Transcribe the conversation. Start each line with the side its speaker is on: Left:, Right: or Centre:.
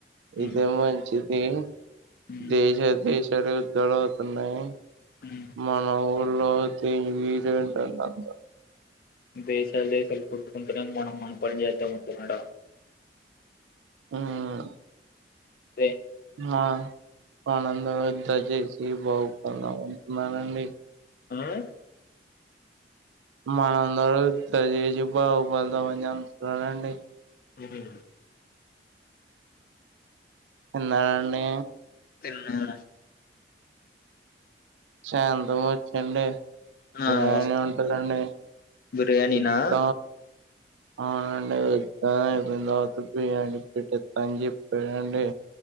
Left: ఉమ్,
Right: ఇదే మంచిద్ ఏన్
Left: ఉమ్,
Right: దేశ దేశ్ చెడు దొడవ అవుతున్నయి
Left: ఉమ్.
Right: మన ఊర్ లోది మీదెంట నంద
Left: దేశాల్ దేశాల్ కొట్టుకుంటేనే మనం మన పని చేేద్దామంటున్నాడా
Right: ఆయ్
Left: దె
Right: ఆ ఆనంద వద్ద చేసి బాగుపల ఉంటున్నానండి
Left: ఆయ్
Right: మన అందరూద్ చేసి బాగు పడదామని చెంతున్నానండి
Left: ఏదైన
Right: తిన్నారండి
Left: తిన్నాను
Right: శాంతం వచ్చిండె
Left: ఆ,
Right: బిరియానీ
Left: వస్తు
Right: ఉంటదా అండి
Left: బిర్యానీనా
Right: సిద్ద అవునండి వెడ్జ్ అయిన తరువాత బిర్యాన పెట్టిస్తా అని చెప్పాడండి.